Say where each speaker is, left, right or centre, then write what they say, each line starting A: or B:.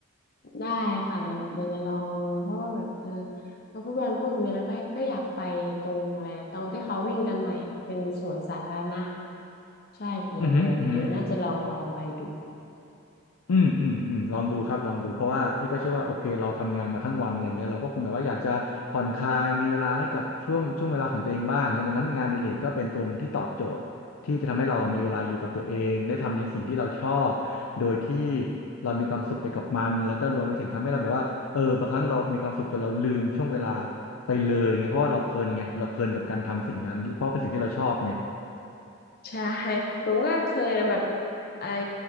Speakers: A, on the left; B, on the left.
A: ได้ค่ะเดี๋ยวเดี๋ยวจะลองลองเพราะว่าแบบเออพอพี่บอลพูดแบบนี้แล้วก็ก็อยากไปตรงอะไรนะตรงที่เขาวิ่งกันใหม่อะเป็นสวนสาธารณะใช่เดี๋ยวเดี๋ยวเดี๋ยวน่าจะลองลองไปดู
B: อือหืออือหือ อืมอืมอืมลองดูครับลองดูเพราะว่าพี่ก็เชื่อว่าโอเคเราทำงานมาทั้งวันอะไรเงี้ยเราก็คงแบบว่าอยากจะผ่อนคลายมีเวลาให้กับช่วงช่วงเวลาของตัวเองบ้างเงี้ยดังนั้นงานอดิเรกก็เป็นตัวหนึ่งที่ตอบโจทย์ที่จะทำให้เรามีเวลาอยู่กับตัวเองได้ทำในสิ่งที่เราชอบโดยที่เรามีความสุขไปกับมันแล้วก็รวมไปถึงทำให้เราแบบว่าเออบางครั้งเรามีความสุขจนเราลืมช่วงเวลาไปเลยไงเพราะว่าเราเพลินไงเราเพลินกับการทำสิ่งนั้นเพราะเป็นสิ่งที่เราชอบไง
A: ใช่ผมก็เคยนะแบบไอ